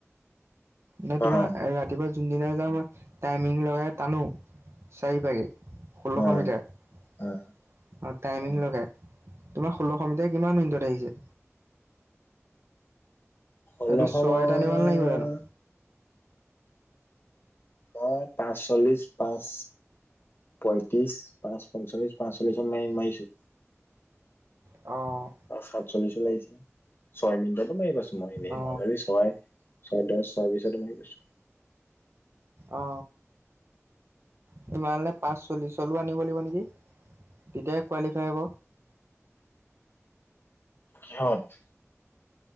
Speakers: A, on the right; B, on the left.
A: নাই
B: অ
A: তোমাৰ
B: অ
A: এ ৰাতিপুৱা যোনদিনাই যাওঁ মই, টাইমিং লগাই টানোঁ, চাৰিটাকে। ষোল্লশ
B: অ
A: মিটাৰ। অহ,
B: অ অ
A: টাইমিং লগাই। তোমাৰ ষোল্লশ মিটাৰ কিমান মিনিটত আহিছে?
B: ষোল্লশ
A: এইটো ছয়ত
B: মই
A: আনিব নেলাগিব জানোঁ?
B: নয় পাঁচচল্লিশ পাঁচ। পঁয়ত্ৰি পাচ পঞ্চলিশ পাঁচল্লিশ মাৰি মাৰিছো
A: অঁ
B: অ সাত চল্লিছো লাগিছিলে ছয় মিনিটতো মাৰি পছো মই এনেই
A: অ
B: নাজালি ছয় ছয় দহ চাৰিছত ত ম আহিছো
A: অ সোমালে পাঁচ চল্লিছ লৈ আনিব লাগিব নেকি তেতিয়াহ কোৱালিফাই হ'ব
B: কেৱাট